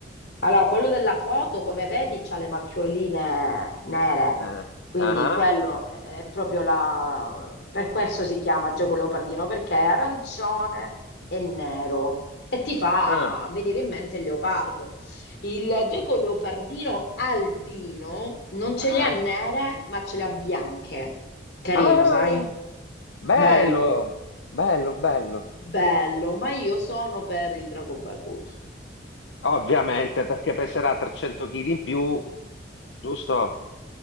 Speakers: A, on the left (about 65°); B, on the left (about 80°).
A: Allora, quello della foto, come vedi, c'ha le macchioline nere,
B: Eh,
A: quindi
B: ah,
A: quello è è proprio la... Per questo si chiama gioco leopardino, perché è arancione e nero e ti fa
B: ah,
A: venire in mente il leopardo. Il gioco leopardino albino non ce
B: ah,
A: le ha nere,
B: ah,
A: ma ce le ha bianche. Carino,
B: ah,
A: sai?
B: bello,
A: Bello,
B: bello, bello.
A: bello, ma io sono per il drago barbuto.
B: Ovviamente, perché peserà 300 kg in più, giusto?